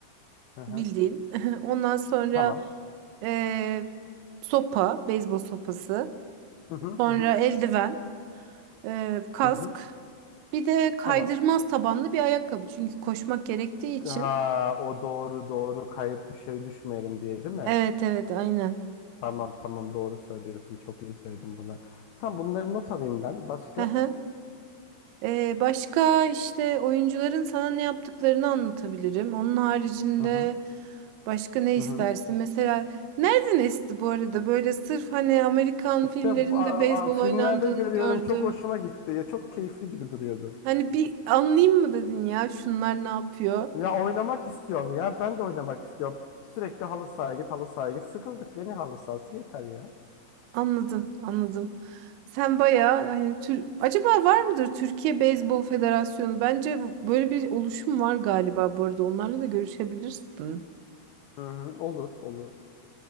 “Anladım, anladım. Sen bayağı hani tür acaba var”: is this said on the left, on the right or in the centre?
Right